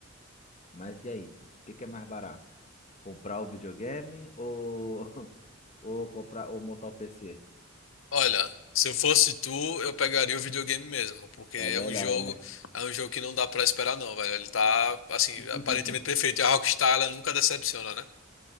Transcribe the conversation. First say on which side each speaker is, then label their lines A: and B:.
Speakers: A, on the left; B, on the left.
A: Mas e aí? O que que é mais barato? Comprar o videogame ou, <laughs> ou comprar ou montar o PC?
B: Olha, se eu fosse tu, eu pegaria o videogame mesmo, porque
A: É
B: é
A: melhor,
B: um jogo,
A: né?
B: é um jogo que não dá pra esperar não, velho. Ele tá, assim,
A: <laughs>
B: aparentemente perfeito. E a Rockstar, ela nunca decepciona, né?